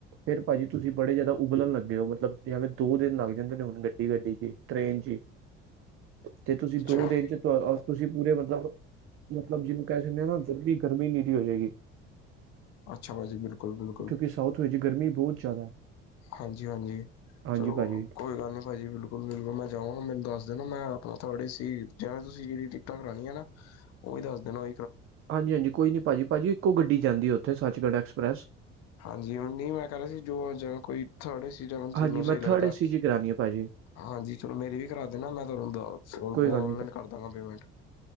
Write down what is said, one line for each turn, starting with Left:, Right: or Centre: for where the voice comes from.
Right: ਫ਼ਿਰ ਭਾਜੀ ਤੁਸੀਂ ਬੜੇ ਜ਼ਿਆਦਾ ਉਬਲਣ ਲੱਗੇ ਹੋ, ਮਤਲਬ ਜਿਵੇਂ ਦੋ -ਦਿਨ ਲੱਗ ਜਾਂਦੇ ਨੇ, ਹੁਣ ਗੱਡੀ- ਗੱਡੀ ਚ ਟ੍ਰਰੇਨ ਚ ਹੀ। ਤੇ ਤੁਸੀਂ
Left: ਅੱਛਾ।
Right: ਦੋ ਦਿਨ ਚ ਤੁਸੀਂ ਪੂਰੇ ਮਤਲਬ। ਮਤਲਬ ਜਿਹਨੂੰ ਕਹਿ ਦਿੰਦੇ ਹਾਂ ਨਾ। ਗਰਮੀ-ਗਰਮੀ ‌ਦੀ ਹੋ ਜਾਏਗੀ।
Left: ਅੱਛਾ ਭਾਜੀ ਬਿਲਕੁਲ -ਬਿਲਕੁਲ।
Right: ਕਿਉਂਕਿ ਸਾਊਥ ਵਿੱਚ ਗਰਮੀ ਬਹੁਤ ਜ਼ਿਆਦਾ
Left: ਹਾਂਜੀ -ਹਾਂਜੀ
Right: ਹਾਂਜੀ
Left: ਚਲੋ
Right: ਭਾਜੀ
Left: ਕੋਈ ਗੱਲ ਨਹੀਂ ਭਾਜੀ ਬਿਲਕੁਲ। ਬਿਲਕੁਲ -ਬਿਲਕੁਲ ਮੈਂ ਜਾਵਾਂਗਾ ਮਨੂੰ ਦੱਸ ਦੇ ਨਾ। ਮੈਂ ਆਪਣਾ ਤੁਹਾਡੀ ਸੀ। ਜਿਵੇਂ ਤੁਸੀਂ ਜਿਹੜੀ ਟਿਕਟਾਂ ਕਰਾਉਣੀ ਹੈ ਨਾ। ਉਹ ਵੀ ਦੱਸਦੇ ਨੇ ਭਾ
Right: ਹਾਂਜੀ -ਹਾਂਜੀ ਕੋਈ ਨਹੀਂ ਭਾਜੀ। ਭਾਜੀ ਇੱਕੋ ਗੱਡੀ ਜਾਂਦੀ ਉੱਥੇ ਸੱਚਗੰਡ ਐਕਸਪ੍ਰੈਸ।
Left: ਹਾਂਜੀ। ਹ ਨਹੀਂ ਮੈਂ ਕਹਿ ਰਿਹਾ ਸੀ। ਜੋ ਕੋਈ ਥਰਡ-ਏ-ਸੀ ਜਾਣਾ।
Right: ਹਾਂਜੀ
Left: ਤੁਨੂੰ ਸਹੀ
Right: ਮੈਂ
Left: ਲੱਗਦਾ।
Right: ਥਰਡ ਏਸੀ ਜੀ ਕਰਾਣੀ ਹੈ ਭਾਜੀ
Left: ਹਾਂਜੀ। ਚਲੋ ਮੇਰੀ ਵੀ ਕਰਾ ਦੇਣਾ ਮੈਂ ਤੁਹਾਨੂੰ
Right: ਕੋਈ ਗੱਲ
Left: ਆਨਲਾਈਨ
Right: ਨੀ
Left: ਕਰ ਦਾਂਗਾ ਪੇਮੈਂਟ।